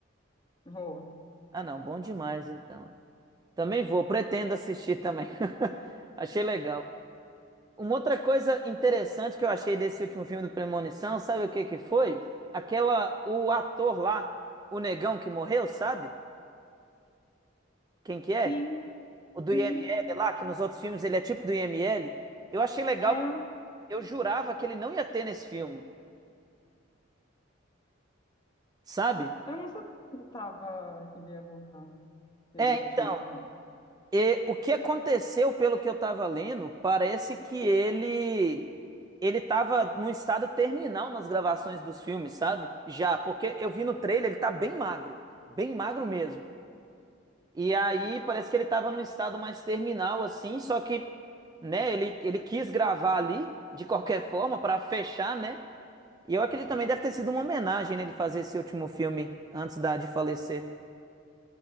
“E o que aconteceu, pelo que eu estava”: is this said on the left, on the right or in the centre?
Right